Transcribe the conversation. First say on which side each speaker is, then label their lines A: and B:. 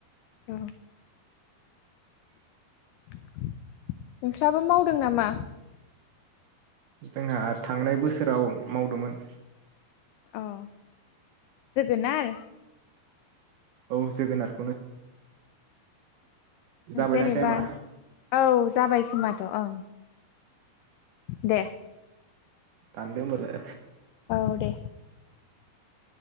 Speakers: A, on the left; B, on the right.
A: औ <inaudible> नोंस्राबो मावदों नामा
B: जोंहा थांनाय बोसोराव मावदोंमोन
A: औ जोगोनार
B: औ जोगोनार जाबायदां
A: जेनेबा
B: टाइमा
A: औ जाबाय खोमाथ' ओं दे
B: दानदो होनबालाय
A: औ दे